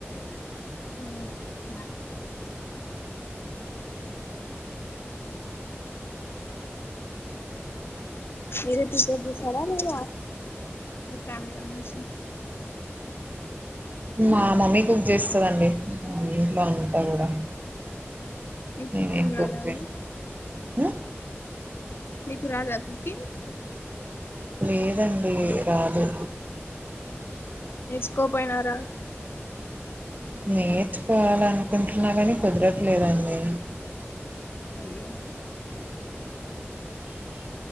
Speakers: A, on the left; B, on the right.
A: <inaudible> మీరే ప్రిపేర్ చేస్తారా లేద మీ ఫ్యామిలీ మెంబర్సా
B: మా మమ్మీ కుక్ చేస్తదండి ఇంట్లో అంతా కూడా
A: మీకు
B: నేను
A: కుకింగ్
B: కుక్
A: రాదా
B: చేయను
A: అండి
B: ఉ
A: మీకు రాదా కుకింగ్
B: లేదండి రాదు
A: నేర్చుకోపోయినారా
B: నేర్చుకోవాలనుకుంటున్నా కాని కుదరట్లేదండి
A: అయ్యో